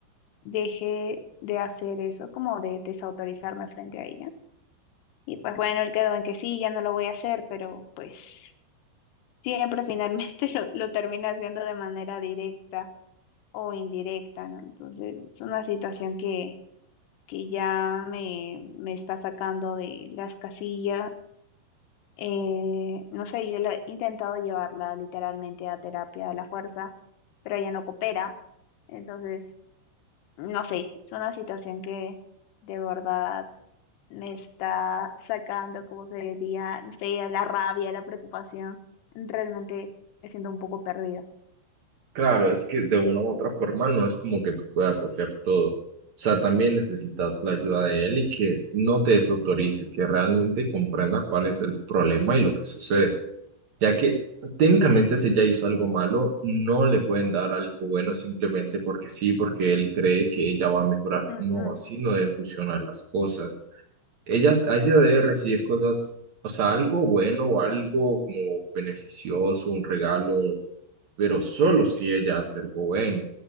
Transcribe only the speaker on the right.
Claro, es que de una u otra forma no es como que tú puedas hacer todo. O sea, también necesitas la ayuda de él y que no te desautorice, que realmente comprenda cuál es el problema y lo que sucede. Ya que técnicamente si ella hizo algo malo, no le pueden dar algo bueno simplemente porque sí, porque él cree que ella va a mejorar.
No, así no deben funcionar las cosas. Ella, ella debe recibir cosas, o sea, algo bueno o algo como beneficioso, un regalo pero solo si ella hace algo bueno,